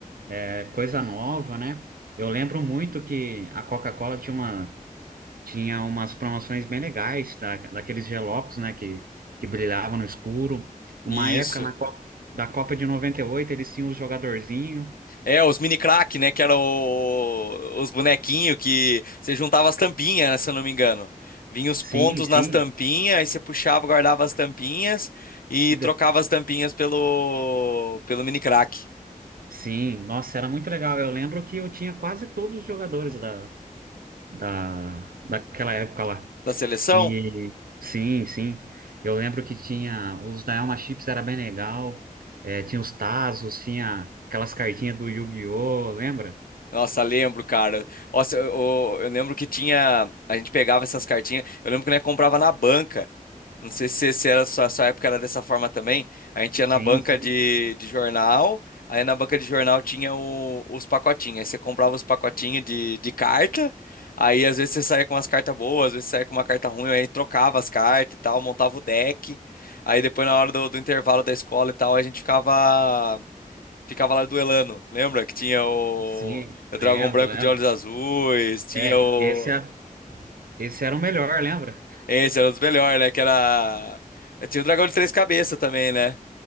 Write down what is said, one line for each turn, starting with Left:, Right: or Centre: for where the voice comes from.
Right: é, coisa nova, né? Eu lembro muito que a Coca-Cola tinha uma, tinha umas promoções bem legais, da, daqueles gelocos, né? Que, que brilhavam no escuro. Uma
Left: Isso.
Right: época na Copa, da Copa de 98 eles tinham os jogadorzinhos.
Left: É, os mini crack, né? Que eram o- os bonequinhos que você juntava as tampinhas, né, se eu não me engano. Vinha os
Right: Sim,
Left: pontos
Right: sim.
Left: nas tampinhas, aí você puxava, guardava as tampinhas e
Right: E
Left: trocava
Right: de-
Left: as tampinhas pelo, pelo mini crack
Right: Sim, nossa, era muito legal. Eu lembro que eu tinha quase todos os jogadores da, da, daquela época lá.
Left: da seleção.
Right: E sim, sim. Eu lembro que tinha os da Elma Chips, era bem legal. É, tinha os Tazos, tinha aquelas cartinhas do Yu-Gi-Oh! Lembra?
Left: Nossa, lembro, cara. Nossa, eu, eu- eu lembro que tinha. A gente pegava essas cartinhas. Eu lembro que nós comprava na banca. Não sei se, se era sua, sua época era dessa forma também. A gente ia
Right: Sim,
Left: na banca
Right: sim,
Left: de, de jornal, aí na banca de jornal tinha o- os pacotinhos. Aí você comprava os pacotinhos de, de carta, aí às vezes você saía com umas cartas boas, às vezes saía com uma carta ruim, aí trocava as cartas e tal, montava o deck. Aí depois na hora do, do intervalo da escola e tal, a gente ficava, ficava lá duelando. Lembra que tinha o,
Right: sim,
Left: o
Right: lembro,
Left: Dragão Branco
Right: lembro.
Left: de Olhos Azuis, tinha
Right: É,
Left: o.
Right: esse, é- esse era o melhor, lembra?
Left: Esse era um dos melhores, né? Que era. Tinha o Dragão de Três Cabeças também, né?